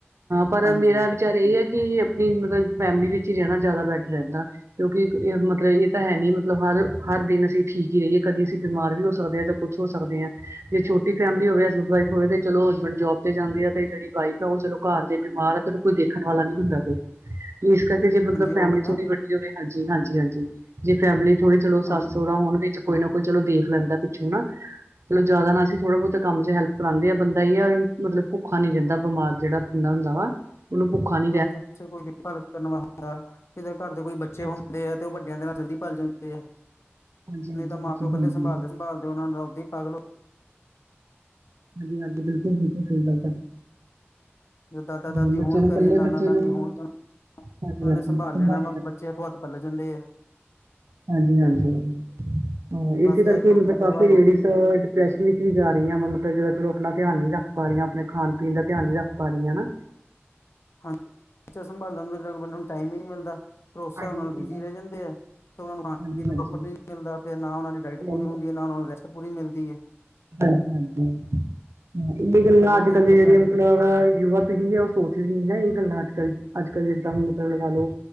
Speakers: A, on the right; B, on the left.
A: ਪਰ
B: ਹਾਂਜੀ-ਹਾਂਜੀ
A: ਮੇਰਾ ਵਿ ਚਰ ਏਹ ਹੈ ਕਿ ਅਆਪਣੀ ਮਤਲਬ ਫੈਮਿਲੀ ਵਿੱਚ ਹੀ ਰੈਣਾ ਜਿਆਦਾ ਬੈਟਰ ਰੈੰਦਾ। ਕਿਉਂਕਿ ਏਹ ਮਤਲਬ ਏਹ ਤਾਂ ਹੈ ਨੀ, ਮਤਲਬ ਹਰ ਹਰ ਦਿਨ ਅਸੀਂ ਠੀਕ ਹੀ ਰਹੀਏ, ਕਦੀ ਅਸੀਂ ਬਿਮਾਰ ਵੀ ਹੋ ਸਕਦੇ ਹਾਂ‌। ਕੁਛ ਹੋ ਸਕਦੇ ਆ, ਜੇ ਛੋਟੀ ਫੈਮਿਲੀ ਹੋਵੇ ਵ ਏ ਤੇ ਚਲੋ ਹਸਬੈਂਡ ਜੋਬ ਤੇ ਜਾਂਦੇ ਆ ਤੇ ਜਿਹੜੀ ਵਾਈਫ ਆ, ਉਹ ਚਲੋ ਘਰ ਜੇ ਬਿਮਾਰ ਆ ਤੇ ਕੋਈ ਦੇਖਣ ਵਾਲਾ ਨੀ ਹੁੰਦਾ ਕੋਈ। <unintelligible> ਫੇਰ ਜੇ ਮਤਲਬ ਫੈਮਿਲੀ
B: ਉਹੀ ਨਾ
A: ਥੋੜੀ ਵੱਡੀ ਹੋਵੇ ਹਾਂਜੀ, ਹਾਂਜੀ, ਹਾਂਜੀ ਜੇ ਫੈਮਿਲੀ ਥੋੜੀ ਚਲੋ
B: ਹਾਂਜੀ
A: ਸੱਸ ਸੋਹਰਾ ਹੋਣ ਵਿੱਚ ਕੋਈ ਨਾ ਕੋਈ ਚਲੋ ਦੇਖ ਲੈਂਦਾ, ਪਿੱਛੋਂ ਨਾ ਚਲੋ ਜਿਆਦਾ ਨਾ ਅਸੀਂ ਥੋੜ੍ਹਾ ਬਹੁਤੇ ਕੰਮ ਚ ਹੈਲਪ ਕਰਾਂਦੇ ਆ ਬੰਦਾ ਏ ਆ ਮਤਲਬ ਭੁੱਖਾ ਨੀ ਰਹਿੰਦਾ। ਬਿਮਾਰ ਜਿਹੜਾ ਬੰਦਾ ਹੁੰਦਾ ਵਾ ਓਨੂੰ ਭੁੱਖਾ ਨਹੀਂ
B: ਹਾਂਜੀ ਕੋਈ ਦੇਖਭਾਲ ਕਰਨ ਵਾਲਾ ਹੁੰਦਾ, ਕਿਤੇ ਘਰ ਦੇ ਕੋਈ ਬੱਚੇ ਹੁੰਦੇ
A: ਹਾਂਜੀ,
B: ਆ। ਤੇ ਉਹ ਵੱਡਿਆਂ ਦੇ ਨਾਲ ਜਲਦੀ ਪਲ ਜਾਂਦੇ ਆ।
A: ਹਾਂਜੀ, ਹਾਂਜੀ
B: ਨਈ ਤਾਂ ਮਾਂ
A: ਬੱਚੇ
B: ਪਿਓ ਇਕੱਲੇ
A: ਹਾਂਜੀ।
B: ਸੰਭਾਲਦੇ-ਸੰਭਾਲਦੇ ਉਨਾਂ ਤਾ ਉਦਾ ਹੀ ਪਾਗਲ
A: ਹਾਂਜੀ-ਹਾਂਜੀ, ਬਿਲਕੁਲ-ਬਿਲਕੁਲ ਸਹੀ ਗੱਲ।
B: ਜੇ ਦਾਦਾ ਦਾਦੀ
A: ਹੂੰ, ਬੱਚੇ
B: ਹੋਣ
A: ਨੂੰ ਇਕੱਲੇ
B: ਘਰੇ ਨਾਨਾ
A: ਬੱਚੇ
B: ਨਾਨੀ
A: ਨੂੰ
B: ਹੋਣ ਤਾਂ
A: ਹਾਂਜੀ-ਹਾਂਜੀ
B: ਉਹਨਾਂ ਨੇ ਸੰਭਾਲ ਲੈਣਾ
A: ਬ
B: ਵਾ ਬੱਚੇ ਹੱਥੋਂ ਹੱਥ ਪੱਲ ਜਾਂਦੇ ਆ
A: ਹਾਂਜੀ-ਹਾਂਜੀ ਹਾਂ।
B: ਬਸ
A: ਇਸੇ ਕਰਕੇ
B: ਇਹ ਅੱਜ ਕੱਲ
A: ਮਤਲਬ
B: ਉਲਟ
A: ਕਾਫੀ
B: ਰਿਵਾਜ ਹੋ
A: ਲੇਡੀਜ
B: ਗਏ
A: ਡਿਪਰੈਸ਼ਨ ਵਿੱਚ ਵੀ ਜਾ ਰਹੀਆ ਮੈਮ ਆਪ ਜਦੋਂ ਚਲੋ ਆਪਣਾ ਧਿਆਨ ਨੀ ਰੱਖ ਪਾ ਰਹੀਆਂ, ਆਪਣੇ ਖਾਣ ਪੀਣ ਦਾ ਧਿਆਨ ਨੀ ਰੱਖ ਪਾ ਰਹੀਆਂ ਹਨਾ।
B: ਹਾਂਜੀ, ਬੱਚਾ ਸੰਭਾਲਣ ਨੂੰ ਟਾਈਮ ਈ ਨੀ ਮਿਲਦਾ। ਫੇਰ ਓਸ ਹਿਸਾਬ
A: ਟਾਈਮ
B: ਨਾਲ
A: ਨੀ ਮਿਲਦਾ।
B: ਬਿਜ਼ੀ ਰਹਿ ਜਾਂਦੇ ਆ। ਤੇ ਉਹਨਾਂ ਨੂੰ
A: ਹਾਂਜੀ
B: ਖਾਣ ਪੀਣ ਨੂੰ
A: ਹਾਂਜੀ,
B: ਪ੍ਰੋਪਰ ਨਹੀਂ ਮਿਲਦਾ। ਫਿਰ ਨਾ ਉਹਨਾਂ ਦੀ ਡਾਇਟ
A: ਨਹੀਂ
B: ਪੂਰੀ ਹੁੰਦੀ ਹੈ ਨਾ, ਉਹਨਾਂ ਨੂੰ ਰੈਸਟ ਪੂਰੀ ਮਿਲਦੀ ਹੈ।
A: ਹਾਂਜੀ-ਹਾਂਜੀ ਇਹ ਗੱਲਾਂ
B: ਜਦੋਂ
A: ਅੱਜ
B: ਕੋਈ
A: ਕੱਲ ਦੀ
B: ਬੰਦੇ
A: ਜਿਹੜੀਆਂ
B: ਨੂੰ
A: ਮਤਲਬ ਯੁਵਾ ਪੀੜ੍ਹੀ ਹੈ ਉਹ ਸੋਚਦੀ ਨੀ ਨਾ ਇਹ ਗੱਲਾਂ ਅੱਜਕਲ੍ਹ-ਅੱਜਕੱਲ੍ਹ ਜਿੱਦਾਂ ਨੂੰ ਮਤਲਬ ਲਗਾਲੋ।